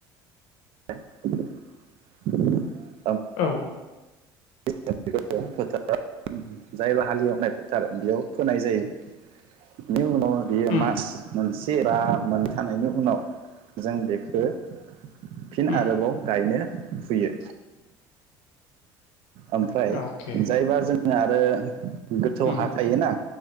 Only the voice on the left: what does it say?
औ।
उम
उम
अके
उम